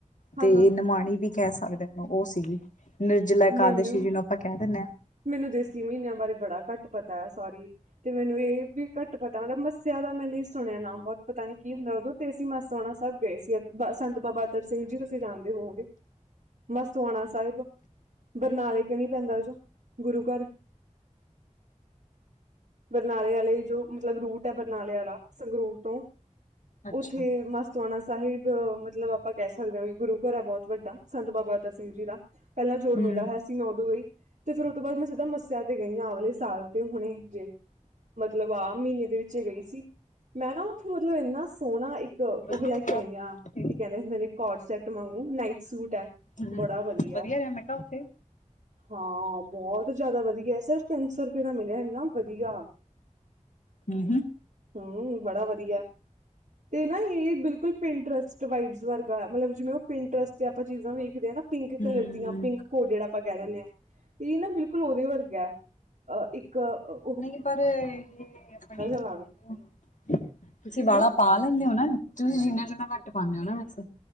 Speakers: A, on the right (about 75°); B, on the left (about 70°).
A: ਹਾਂ-ਹਾਂ
B: ਤੇ ਨਮਾਣੀ ਵੀ ਕਹਿ ਸਕਦੇ ਉਹਨੂੰ ਉਹ ਸੀਗੀ। ਨਿਰਜਲਾ ਇਕਾਦਸ਼ੀ
A: ਮੈਨੂੰ
B: ਜੀ ਨੂੰ ਆਪਾਂ ਕਹਿ ਦਿੰਦੇ ਹਾਂ।
A: ਮੈਨੂੰ ਦੇਸੀ ਮਹੀਨਿਆਂ ਬਾਰੇ ਬੜਾ ਘੱਟ ਪਤਾ ਹੈ ਸੋਰੀ। ਤੇ ਮੈਨੂੰ ਇਹ ਵੀ ਘੱਟ ਪਤਾ ਮਤਲਬ ਮੱਸਿਆ ਦਾ ਮੈਂ ਨ ਸੁਣਿਆ ਨਾਮ ਬਹੁਤ ਪਤਾ ਨੀ ਕੀ ਹੁੰਦਾ ਉਦੋਂ ਤੇ ਅਸੀ ਮਸ ਹੋਉਣਾ ਸਭ। ਗਏ ਸੀ ਸੰਤ ਬਾਬਾ ਅਤਰ ਸਿੰਘ ਜੀ ਤੁਸੀਂ ਜਾਣਦੇ ਹੋਗੇ ਮਸਤਵਾਣਾ ਸਾਹਿਬ ਬਰਨਾ ਦੇ ਕੇਣੀ ਪੈਂਦਾੋਂ ਗੁਰੂ ਘਰ ਬਰਨਾਲੇ ਆੇ ਜੋ ਮਤਲਬ ਰੂਟ ਹੈ ਬਰਨਾਲੇ ਆਾ ਸੰਗਰੂਰ ਤੋਂ
B: ਅੱਛਾ
A: ਉਓਥੇ ਮਸਤ। ਸੋਣਾ ਸਾਹਿਬ ਮਤਲਬ ਆਪਾਂ ਕਹਿ ਸਕਦੇ ਹਾਂ ਕਿ ਗੁਰੂ ਘਰ ਹੈ ਬਹੁਤ ਵੱਡਾ ਸੰਤ ਬਾਬਾ ਅਤਰ ਸਿੰਘ ਜੀ ਦਾ। ਪਹਿਲਾਂ ਜੋੜ
B: ਹਮ
A: ਮਿਿਆਇ ਮੈਂ ਉਦੋਂ ਗਈ ਤੇ ਫਿਰ ਉਹ ਤੋਂ ਬਾਅਦ ਮੈਂ ਸਿੱਧਾ ਮੱਸਿਆ ਤੇ ਗਈ ਹਾਂ ਅਵਲੇ ਸਾਲ ਤੇ ਹੁਣੇ ਜੇ। ਮਤਲਬ ਆਹ ਮਹੀਨੇ ਦੇ ਵਿੱਚ ਗਈ ਸੀ। ਮੈਂ ਨਾ ਉੱਥੋਂ ਮਤਲਬ ਇੰਨਾ ਸੋਹਣਾ ਇੱਕ ਉਹ
B: ਵਧੀਆ
A: ਲੈ
B: ਰਿਹਾ
A: ਕੇ ਆਈ ਹਾਂ।
B: ਉੱਥੇ
A: ਕੀ ਕਹਿੰਦੇੈ ਕੋਡ ਸੈਟ ਮੰਗੂ ਨਾਈਟ ਸੂਟ ਹੈ
B: ਹਮ
A: ਬੜਾ ਵਧੀਆ
B: ਰਿਹਾ ਮੈਂ ਕਿਹਾ ਉੱਥੇ
A: ਹਾਂ ਬਹੁਤ ਜ਼ਿਆਦਾ ਵਧੀਆ ਐ, ਸਿਰਫ ਤਿੰਨ ਸੌ ਰੁਪਏ ਦਾ ਮਿਲਿਆ। ਏਨਾਂ ਵਧੀਆ।
B: ਹਮ ਹਮ।
A: ਹਮ, ਬੜਾ ਵਧੀਆ। ਤੇ ਨਾ ਇਹ ਬਿਲਕੁਲ ਪਿੰਟਰਸਟ ਵਾਈਬਸ ਵਰਗਾ। ਮਤਲਬ ਜਿਵੇਂ ਉਹ ਪਿੰਟਰਸਟ ਤੇ ਆਪਾਂ ਚੀਜ਼ਾਂ ਵੇਖਦੇ ਆਂ ਨਾ। ਪਿੰਕ ਕਲਰ
B: ਹਮ
A: ਦੀਆਂ ਪਿੰਕ ਕੋ ਜਿਹੜਾ ਆਪਾਂ ਕਹਿ ਲੈਨੇ ਆਂ। ਇਹ ਨਾ ਬਿਲਕੁਲ ਉਹਦੇ ਵਰਗਾ ਐ, ਅ-ਇੱਕ-ਅ
B: ਨਹੀਂ ਪਰ, ਇਹ ਆਪਣੇ ਕੀ
A: ਲੱਗਦਾ
B: ਕਹਿੰਦੇ, ਤੁਸੀਂ
A: ਕਿੱਦਾਂ
B: ਵਾਲਾ ਪਾ ਲੈਂਦੇ ਹੋ ਨਾ ਏ। ਤੁਸੀਂ ਜ਼ੀਨਾ ਜ਼ੂਨਾ ਘੱਟ ਪਾਨੇ ਓ ਨਾ ਵੈਸੇ।